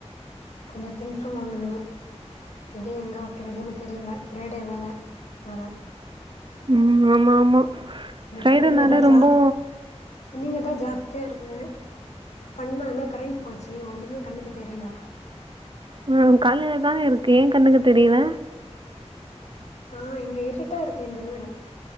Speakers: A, on the left; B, on the right.
A: கொஞ்சோ திங்க்ஸ்சும் வாங்கணும் எது எங்க வைக்கறதுன்னு தெரியல ஃப்ரைடே வேண வேர
B: ம் ஆமா ஆமா ஃப்ரைடேனாலே
A: துணிங்க தா
B: ரொம்போ
A: ஜாஸ் துணிங்க தா ஜாஸ்தியா இருக்குது பண்ணலாம் ஆனா கரண்ட் போச்சு ஒண்ணுமே கண்ணுக்கு தெரில
B: அ காலைலதானே இருக்கு ஏ கண்ணுக்கு தெரில
A: அ இங்க இருட்டா இருக்கு இந்த வீடு